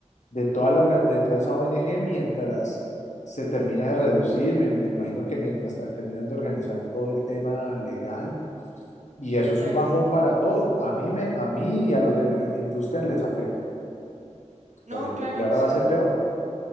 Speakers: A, on the left; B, on the right.
A: de toda, la organ- de toda esa ONG mientras se termina de reducir, me, me imagino que mientras ta- terminan de organizar todo el tema legal, y eso es
B: Claro.
A: un bajón para todos, a mí, me, a mí y a los de mi industria les afecta, por
B: No,
A: ejemplo,
B: claro,
A: y ahora
B: o sea.
A: va a ser peor.